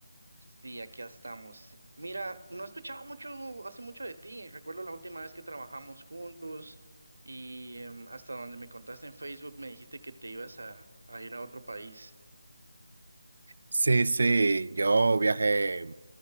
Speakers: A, on the right; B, on the right.
A: Sí, aquí estamos. Mira, no escuchaba mucho, hace mucho de ti. Recuerdo la última vez que trabajamos juntos y em, hasta donde me contaste en Facebook me dijiste que te ibas a, a ir a otro país.
B: Sí, sí, yo viajé